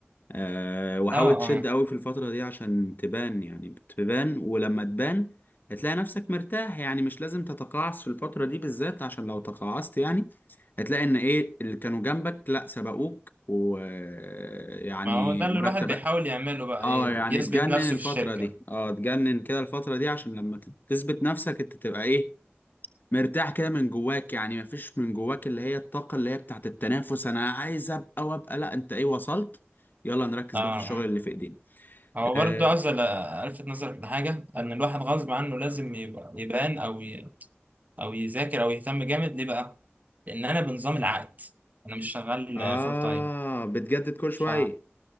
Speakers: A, on the left; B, on the right.
A: آه وحاول
B: اه
A: تشد
B: اه
A: قوي في الفترة دي عشان تبان يعني بتبان ولما تبان هتلاقي نفسك مرتاح يعني مش لازم تتقاعس في الفترة دي بالذات عشان لو تقاعست يعني هتلاقي ان ايه اللي كانوا جنبك لا سبقوك ويعني
B: ما هو ده اللي
A: مرتب
B: الواحد بيحاول يعمله بقى
A: اه
B: ايه
A: يعني
B: يثبت
A: تجنن
B: نفسه
A: الفترة
B: في الشركة
A: دي اه تجنن كده الفترة دي عشان لما ت- تثبت نفسك انت تبقى ايه مرتاح كده من جواك يعني مفيش من جواك اللي هي الطاقة اللي هي بتاعت التنافس انا عايز ابقى وابقى لا انت ايه وصلت يلا نركز
B: اه
A: بقى في الشغل اللي في ايدينا
B: هو برضه
A: اه
B: عاوز أل- الفت نظرك لحاجة ان الواحد غصب عنه لازم يبقى يبان او ي... او يذاكر او يهتم جامد ليه بقى لان انا بنظام العقد انا مش شغال
A: آه،
B: فول تايم
A: بتجدد كل شوية
B: ف